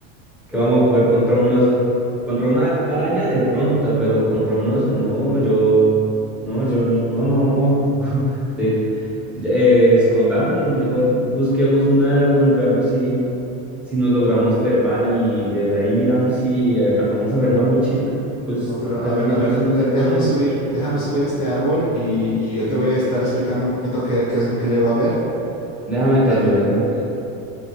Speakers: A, in the centre; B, on the left.
A: que vamos a poder contra un oso. Contra una araña de pronto, pero contra un oso no, yo, no, yo, no, no, no. <laughs> Te- eh, escondámonos, mejor busquemos un árbol, veamos si, si nos logramos trepar y desde ahí miramos si alcanzamos a ver la mochila. Pues
B: No, pero
A: acá
B: a ver,
A: tenemos
B: a ver, de-
A: unos árboles.
B: de- déjame subir, déjame subir a este árbol y, y yo te voy a estar explicando un poquito qué, qué es lo que llego a ver.
A: Déjame
B: porque
A: te
B: También,
A: ayudo, déjame te ayudo.